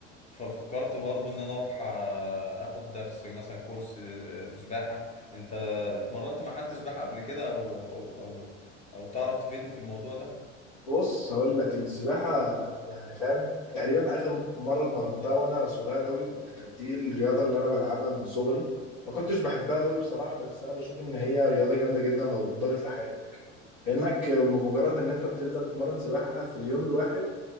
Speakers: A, on the left; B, on the left.
A: ففكرت برضو ان انا اروح آه، اخد درس مثلا كورس آه، سباحة انت اتمرنت مع حد سباحة قبل كده او او او او تعرف تفيدني في الموضوع ده
B: بص هقول لك السباحة يعني فاهم تقريبا آخر مرة اتمرنتها وأنا صغير قوي كنت كانت دي الرياضة اللي أنا بلعبها من صغري ما كنتش بحبها قوي بصراحة بس أنا بشوف إن هي رياضة جامدة جدا لو اتضافت لحياتك لأنك بمجرد إن أنت بتبدأ تتمرن سباحة في اليوم الواحد